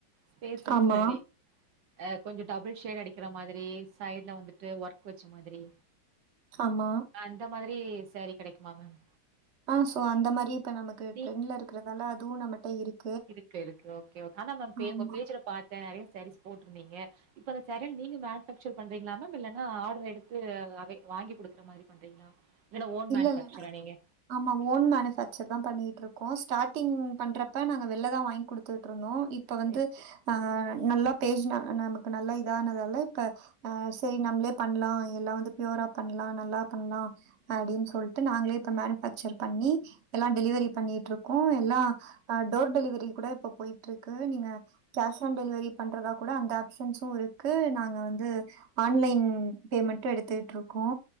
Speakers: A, on the right (about 70°); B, on the right (about 40°).
A: ஸ்பேஸ் சில்க்
B: ஆமா.
A: ஸ்பாடி ஆ கொஞ்சோ டபுள் ஷேட் அடிக்கிற மாதிரி சைட்ல வந்துட்டு ஒர்க் வச்ச மாதிரி
B: ஆமா
A: அந்த மாதிரி சாரி கெடைக்குமா மேம்
B: ஆ சோ அந்த மாரி இப்ப நமக்கு
A: நீ
B: ட்ரெண்ட்ல இருக்றதால அதுவு நம்மட்ட இருக்
A: இருக்கு இருக்கு ஓகே ஓக் ஆனா மேம் பே
B: ஆமா.
A: உங்க பேஜ்ஜுல பாத்தே நெறைய சாரீஸ் போட்ருந்தீங்க இப்ப அந்த சேரன் நீங்க மேனுஃபாக்சர் பண்றீங்ளா மேம் இல்லன்னா ஆட்ரு எடுத்து அவே வாங்கி குடுக்ற மாரி பண்றீங் ளா இலன்னா ஓன்
B: இல்ல
A: மேனுஃபாக்ச்சரா
B: இல்ல
A: நீங்க
B: ஆமா ஓன் மேனுஃபேக்சர் தா பண்ணிட்ருக்கோ ஸ்டாடிங் பண்றப்ப நாங்க வெள்ல தா வாய் குடுத்துட்ருந்தோ இப் இப்ப வந்து
A: சரி, சரி.
B: ஆ நல்லா பேஜ்னா நமக்கு நல்லா இதானதால இப்ப ஆ செய் நம்ளே பண்லா எல்லா வந்து ப்யூரா பண்லா நல்லா பண்லா அடின் சொல்ட்டு நாங்களே இப்ப மேனுஃபேக்சர் பண்ணி எல்லா டெலிவரி பண்ணிட்ருக்கூ எல்லா அ டோர் டெலிவரி கூட இப்ப போய்ட்ருக்கு நீங்க கேஷ் ஆன் டெலிவரி பண்றதா கூட அந்த ஆப்ஷன்ஸு இருக்கு நாங்க வந்து ஆன்லைன் பேமெண்டும் எடுத்துட்ருக்கோ